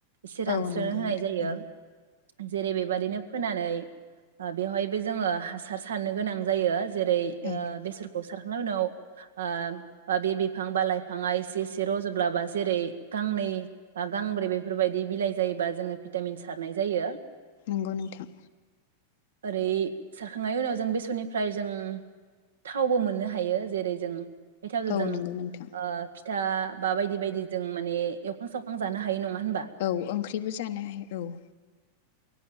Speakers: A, on the right; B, on the left.
A: एसे रानस्रोनो
B: औ नंगौ
A: होनाय
B: नोंथां
A: जायो
B: औ
A: जेरै बेबादिनो फोनानै बेवहायबो जोङो हासार सारनो गोनां जायो जेरै
B: औ
A: ओ बेसोरखौ सार <unintelligible> उनाव ओ बे बिफां बिफां बा लाइफाङा एसे एसे रज'लाबा जेरै गांनै बा गांब्रै बेफोरबायदि बिलाइ जायोबा जोङो भिटामिन सारनाय जायो
B: नंगौ नोंथां
A: ओरै सारखांनायनि उनाव जों बेसरनिफ्राय जों थावबो मोननो हायो जेरै जों <unintelligible>
B: औ
A: जों
B: नंगौ नोंथां
A: ओ फिथा बा बायदि बायदि जों माने एवखां सावखां जानो हायो नङा होनबा
B: औ ओंख्रिबो जानो हायो औ।